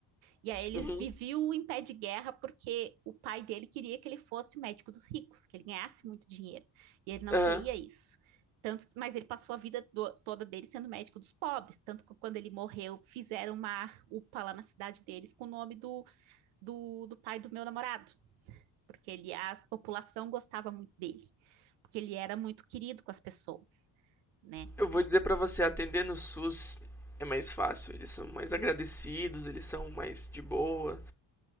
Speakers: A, on the right; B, in the centre.
A: E aí eles
B: Uhum.
A: viviam em pé de guerra porque o pai dele queria que ele fosse médico dos ricos, que ele ganhasse muito dinheiro. E ele não
B: Aham.
A: queria isso. Tanto, mas ele passou a vida do- toda dele sendo médico dos pobres. Tanto que quando ele morreu, fizeram uma UPA lá na cidade deles com o nome do, do, do pai do meu namorado. Porque ele, a população gostava muito dele. Porque ele era muito querido com as pessoas, né?
B: Eu vou dizer pra você, atender no SUS é mais fácil, eles são mais agradecidos, eles são mais de boa.